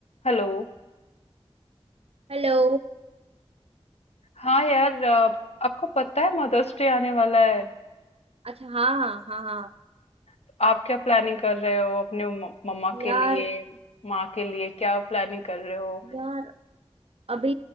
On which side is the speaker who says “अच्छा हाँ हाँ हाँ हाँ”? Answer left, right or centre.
Right